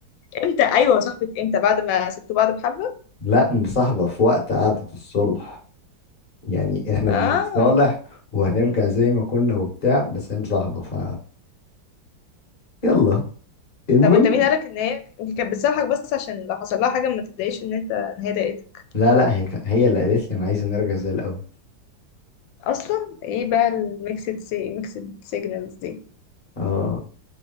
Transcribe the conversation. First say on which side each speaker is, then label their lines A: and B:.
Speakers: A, on the left; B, on the left.
A: امتى ايوه صاحبة امتى بعد ما سبتوا بعض بحبة
B: لا مصاحبة في وقت قعدة الصلح يعني إحنا
A: اه
B: بنتصالح وهنرجع زي ما كنا وبتاع بس هي مصاحبة ف يلا المهم
A: طب انت مين قالك ان هي يمكن كانت بتسامحك بس عشان لو حصل لها حاجة ما تتضايقش ان انت ان هي ضايقتك
B: لا لا هي كان- هي اللي قالت لي أنا عايزة نرجع زي الأول
A: اصلا ايه بقى الميكسد سي ميكسد سيجنالز دي
B: اه